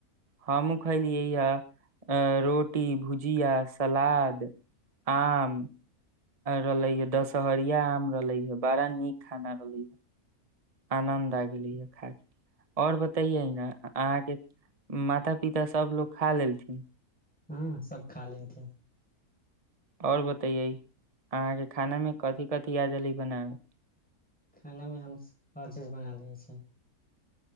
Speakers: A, on the right; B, in the centre.
A: हमूँ खाय लिय है अ रोट कोट्टी भुजिया सलाद आम रहलै ह दशहरिया आम रहलै ह बड़ा नीक खाना रहलै आनन्द आ गेलैए खा क आओर बतैयै ने अहाँके माता पिता सभ लोको खा लेलथिन
B: हँ सब खा लेनथिे
A: आओर बतैयए अहाँके खाना में कथिी कति आ रहले बनाबै
B: खानामे हम हर चीज बना लै छी